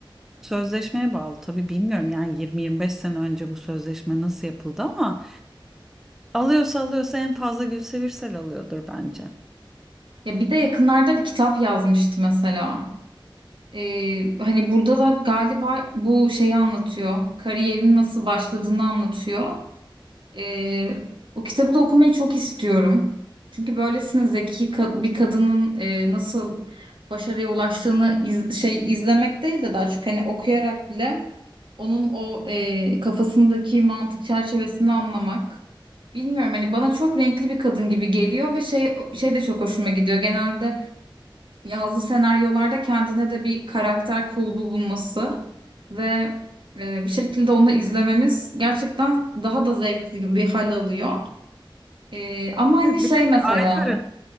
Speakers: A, in the centre; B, on the right (about 65°).
A: sözleşmeye bağlı. Tabii bilmiyorum yani 20-25 sene önce bu sözleşme nasıl yapıldı ama alıyorsa alıyorsa en fazla Gülse Birsel alıyordur bence.
B: ya bir de yakınlarda bir kitap yazmıştı mesela. Ee, hani burada da galiba bu şeyi anlatıyor. Kariyerin nasıl başladığını anlatıyor. Ee, o kitabı da okumayı çok istiyorum. Çünkü böylesine zeki ka- bir kadının e, nasıl başarıya ulaştığını iz- şey izlemek değil de daha çok hani okuyarak bile onun o e, kafasındaki mantık çerçevesini anlamak. Bilmiyorum hani bana çok renkli bir kadın gibi geliyor ve şey şey de çok hoşuma gidiyor. Genelde yazdığı senaryolarda kendine de bir karakter kulbu bulması ve e, bir şekilde onu izlememiz gerçekten daha da zevkli bir hal alıyor. E, ama hani
A: Evet,
B: şey
A: Bir tek
B: mesela
A: aile